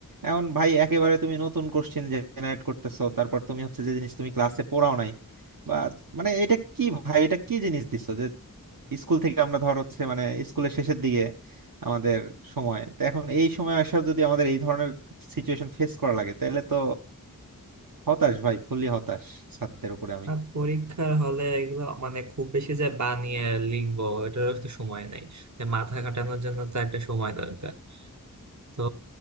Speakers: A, on the right; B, on the right.
A: এখন ভাই একেবারে তুমি নতুন কোশ্চেন জেনারেট করতেছো তারপর তুমি হচ্ছে যে জিনিস তুমি ক্লাসে পড়াও নাই বা মানে এটা কি ভাই এটা কি জিনিস দিছো যে স্কুল থেকে আমরা ধর হচ্ছে মানে স্কুলের শেষের দিকে আমাদের সময় তো এখন এই সময় আসা যদি আমাদের এই ধরনের সিচুয়েশন ফেস করা লাগে তাহলে তো হতাশ ভাই ফুললি হতাশ ছাত্রদের উপরে আমি
B: আর পরীক্ষার হলে এগুলো মানে খুব বেশি যে বানিয়ে লিখবো এটারও তো সময় নাই যে মাথা খাটানোর জন্য তো একটা সময় দরকার তো